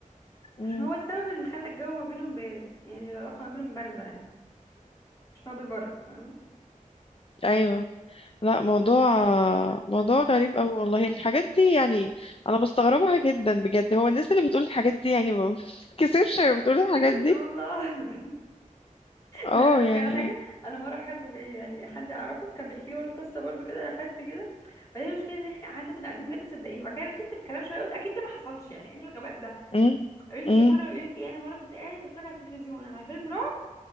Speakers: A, on the left; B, on the left.
A: مم.
B: عشان هو السبب ان خلى الجو ما بينهم بارد يعني العلاقة ما بينهم باردة يعني عشان هو بيبرد فاهمة
A: ايوه لا موضوع موضوع غريب أوي والله الحاجات دي يعني انا بستغربها جدا بجد هو الناس اللي بتقول الحاجات دي يعني ما بتتكسفش <laughs> بتقول
B: متتكذبش
A: الحاجات دي
B: والله <laughs>
A: اه
B: لا انا بقول
A: يعني
B: لك على حاجه انا مره حد بي يعني حد اعرفه كان بيحكي لي برضه قصه برضه كده فاتي كده بعدين المشكله ان احنا قعدنا كنا قاعدين بجد مصدقين وبعد كده ركزت في الكلام شويه قلت اكيد ده ما حصلش يعني ايه الغباء ده
A: امم
B: اقول لك
A: امم
B: ايه مره بيقول لك ايه انا مره كنت قاعد بتفرج على التلفزيون على فيلم رعب